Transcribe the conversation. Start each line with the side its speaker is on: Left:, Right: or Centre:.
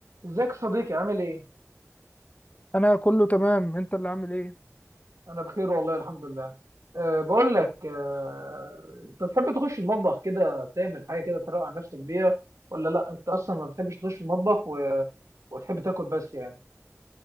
Right: ازيك يا صديقي عامل ايه؟
Left: انا كله تمام انت اللي عامل ايه
Right: انا بخير والله الحمد لله أه بقول لك أه انت بتحب تخش المطبخ كده تعمل حاجه كده تروق على نفسك بيها ولا لا انت اصلا ما بتحبش تخش المطبخ و... وتحب تاكل بس يعني